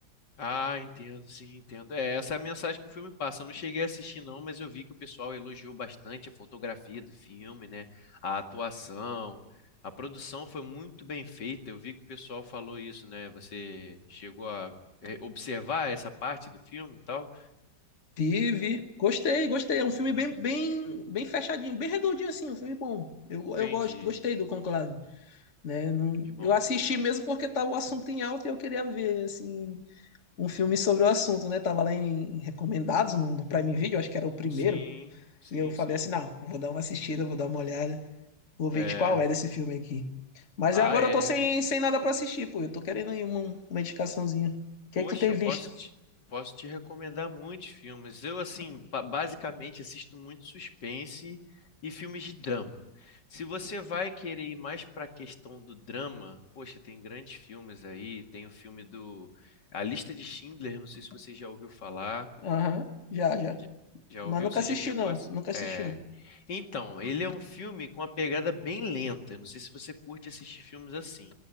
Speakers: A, on the left; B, on the left.
A: Ah, entendo, sim, entendo. É, essa é a mensagem que o filme passa. Eu não cheguei a assistir, não, mas eu vi que o pessoal elogiou bastante a fotografia do filme, né? A atuação. A produção foi muito bem feita. Eu vi que o pessoal falou isso, né? Você chegou a é, observar essa parte do filme e tal?
B: Vive, gostei, gostei. É um filme
A: Hum,
B: bem, bem, bem fechadinho, bem redondinho assim, um filme bom. Eu,
A: entendi.
B: eu gosto, gostei do Conclave, né? Não,
A: Que bom,
B: eu assisti
A: que bom.
B: mesmo porque tava o assunto em alta e eu queria ver assim um filme sobre o assunto, né? Tava lá em recomendados no, no Prime Video, acho que era o primeiro.
A: Sim, sim,
B: E eu falei
A: sim.
B: assim, não, vou dar uma assistida, vou dar uma olhada. Vou ver
A: É.
B: de qual é desse filme aqui. Mas
A: Ah,
B: agora
A: é.
B: eu tô sem, sem nada pra assistir, pô. Eu tô querendo aí uma, uma indicaçãozinha. O que
A: Poxa,
B: é que tu tem
A: eu
B: visto?
A: posso te, posso te recomendar muitos filmes. Eu, assim, ba- basicamente assisto muito suspense e filmes de drama. Se você vai querer ir mais para a questão do drama, poxa, tem grandes filmes aí. Tem o filme do A Lista de Schindler, não sei se você já ouviu falar.
B: Aham, já, já.
A: Já já
B: Mas
A: ouviu?
B: nunca
A: Você
B: assisti,
A: já chegou
B: não.
A: a. ass-
B: Nunca assisti,
A: É...
B: não.
A: Então, ele é um filme com uma pegada bem lenta. Eu Não sei se você curte assistir filmes assim.